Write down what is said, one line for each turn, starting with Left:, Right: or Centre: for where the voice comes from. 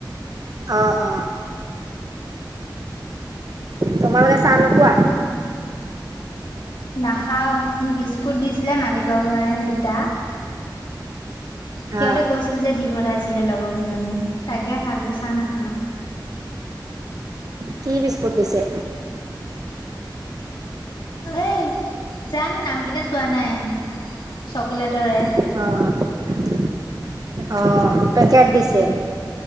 Right: অ অ তোমালোকে চাহ নোখোৱা?
Left: নাখাও বিস্কুট দিছিলে মালিকৰ ঘ দুটা সিহঁতে
Right: অ
Left: গৈছিল যে দি পঠাইছিলে লগৰকেইজনী তাকে খালোঁ চাহ নাখাওঁ
Right: কি বিস্কুট দিছে
Left: এ জানো নাম কেইটা চোৱা নাই চকলেটৰে ।
Right: অ অ পেকেট দিছে